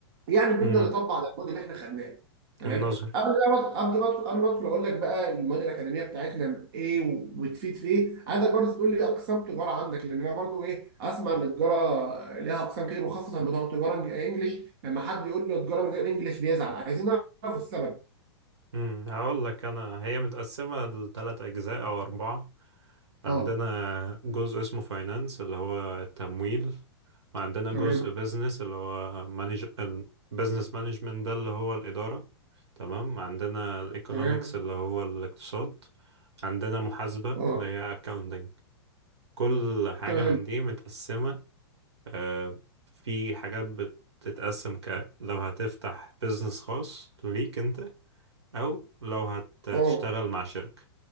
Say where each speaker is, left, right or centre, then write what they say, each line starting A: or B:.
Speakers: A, on the right; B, on the right.
A: يعني بدنا
B: امم
A: نطبق على الموديل اللي احنا خدناه تمام
B: النظري
A: قبل بقى قبل ما ادخل قبل ما ادخل اقول لك بقى المواد الاكاديميه بتاعتنا ايه وبتفيد في ايه عايزك برضه تقول لي اقسام تجاره عندك لان انا برضه ايه اسمع ان التجاره ليها اقسام كتير وخاصه بتوع تجاره انجليش لما حد يقول له تجاره من غير انجليش بيزعل عايزين نعرف السبب
B: امم هقول لك انا هي متقسمه لثلاث اجزاء او اربعه عندنا
A: اه
B: جزء اسمه فاينانس اللي هو التمويل وعندنا
A: تمام
B: جزء بيزنس اللي هو مانج البيزنس مانجمنت ده اللي هو الاداره تمام عندنا الايكونومكس
A: تمام
B: اللي هو الاقتصاد عندنا محاسبه
A: اه
B: اللي هي اكاونتنج كل حاجه
A: تمام
B: من دي متقسمه آه، في حاجات بتتقسم ك لو هتفتح بيزنس خاص ليك انت أو لو هتشتغل
A: اه
B: مع شركة